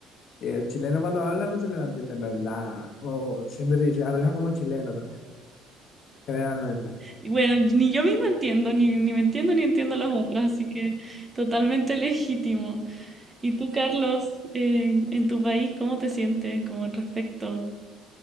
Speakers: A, on the left (about 50°); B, on the right (about 20°).
A: Y El chileno cuando habla no se le entiende nada. O siempre se dice, habla como chileno también, generalmente.
B: Y Bueno, ni yo misma entiendo, ni, ni me entiendo ni entiendo a los otros, así que totalmente legítimo. ¿Y tú, Carlos, eh, en tu país, cómo te sientes como respecto